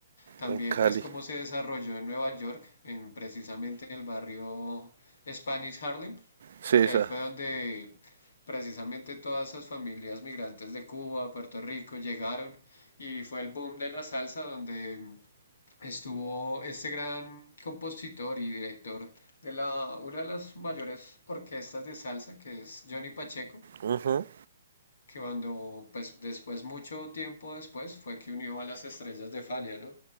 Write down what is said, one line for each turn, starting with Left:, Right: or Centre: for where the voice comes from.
Left: también
Right: en Cali,
Left: pues cómo se desarrolló en Nueva York, en precisamente el barrio Spanish Harlem,
Right: sí, esa.
Left: que ahí fue donde precisamente todas esas familias migrantes de Cuba, Puerto Rico, llegaron y fue el boom de la salsa donde estuvo este gran compositor y director de la, una de las mayores orquestas de salsa, que es Johnny Pacheco,
Right: ujú.
Left: que cuando, pues después, mucho tiempo después, fue que unió a las estrellas de Fania, ¿no?